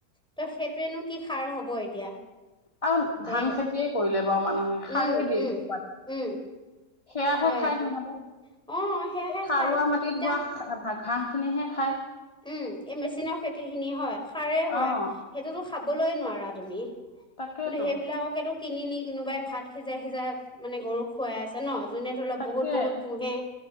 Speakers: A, in the centre; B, on the left.
A: তে সেইটোৱেই নু কি সাৰ হব। এতিয়া
B: আন
A: সেয়া
B: ধান খেতিয়ে কৰিলে। প্ৰাইভাক মানুহে সাৰো
A: উম
B: দিয়ে
A: উম
B: নেকি, তাত?
A: উম
B: সৈয়াহে
A: হয়
B: খাই
A: আকৌ
B: সিহঁতে,
A: অঁ সেয়াহে
B: সাৰুৱা
A: খায় এতিয়া
B: মাটিত হোৱা খ' গাহ খিনিহে খায়।
A: উম', - এই মেচিনৰ খেতি খিনি হয়, সাৰে
B: অ',
A: হয়, সেইটোতো খাবই, খাবলৈ নোৱাৰা তুমি।
B: তাকেতো
A: কিন্তু সেইবিলাককেটো কিনি নি কিনোবাই ভাত সিজাই - সিজাই মানে গৰুক খোৱাই আছে ন। জোনে ধৰক
B: তাকে
A: বহুত -বহুত পোহে,